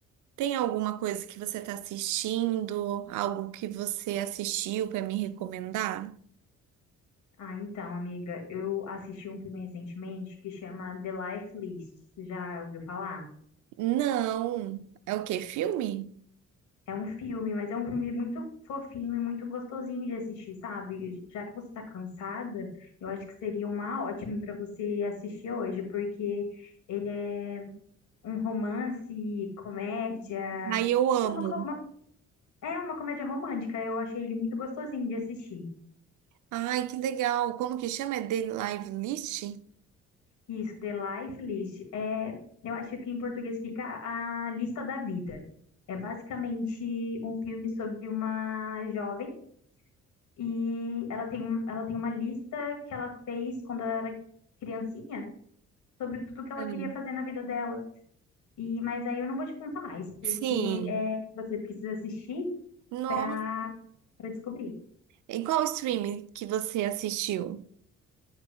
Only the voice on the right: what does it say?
Tem alguma coisa que você tá assistindo? Algo que você assistiu pra me recomendar?
Não. É o quê? Filme?
Ai, eu amo.
Ai, que legal. Como que chama? É The Live List?
Hum.
Sim.
Nossa.
Em qual streaming que você assistiu?